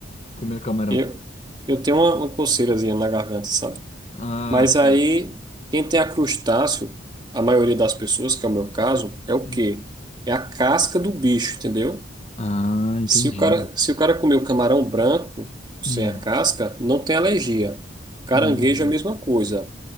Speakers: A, on the left; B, on the right.
A: comendo camarão.
B: Eu, eu tenho uma, uma coceirazinha na garganta, sabe?
A: Ah,
B: Mas
A: sei.
B: aí, quem tem a crustáceo, a maioria das pessoas, que é o meu caso, é o
A: Hum.
B: quê? É a casca do bicho, entendeu?
A: Ah, entendi.
B: Se o cara, se o cara comer o camarão branco, sem
A: Hum,
B: a casca, não tem alergia. Caranguejo
A: hum,
B: é a mesma coisa.